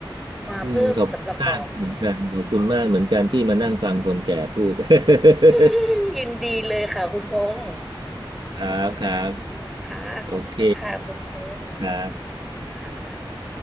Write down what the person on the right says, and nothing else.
อืมขอบคุณมากเหมือนกันขอบคุณมากเหมือนกันที่มานั่งฟังคนแก่พูด <laughs>
ครับครับ
โอเคครับ